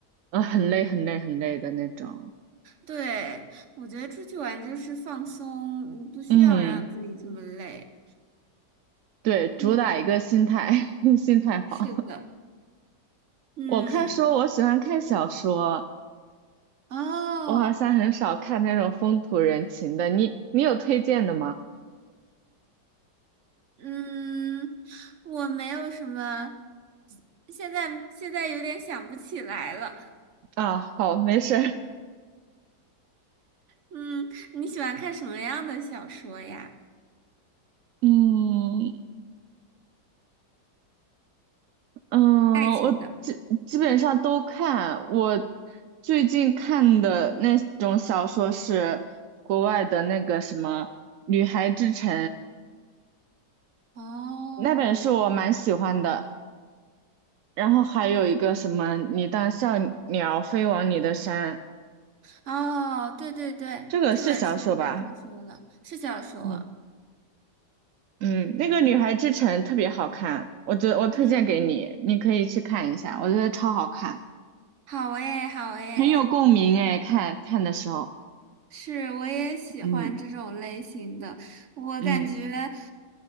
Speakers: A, on the right; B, on the right.
A: 呃，很累很累很累的那种。
B: 对，我觉得出去玩就是放松，嗯不需要让自己这么累。
A: 嗯。对，主打一个心态，
B: 嗯，
A: <laughs> 心态好。
B: 是的，嗯，
A: 我看书，我喜欢看小说，
B: 哦，
A: 我好像很少看那种风土人情的。你你有推荐的吗？
B: 嗯，我没有什么，现在现在有点想不起来了。
A: 啊，好，没事儿。
B: 嗯，你喜欢看什么样的小说呀？
A: 嗯嗯，
B: 爱情的。
A: 我基基本上都看。我最近看的那种小说是国外的那个什么《女孩之城》，
B: 哦，
A: 那本书我蛮喜欢的。然后还有一个什么《你当笑鸟飞往你的山》。
B: 哦，对对对，
A: 这个是小说吧？
B: 这本书我也听说了，是小说。
A: 嗯嗯，那个《女孩之城》特别好看，我觉得我推荐给你，
B: 嗯，
A: 你可以去看一下，我觉得超好看，
B: 好诶，好诶，
A: 很有共鸣哎，看看的时候，
B: 是，我也喜欢这种类型的。
A: 嗯
B: 我感觉啊
A: 嗯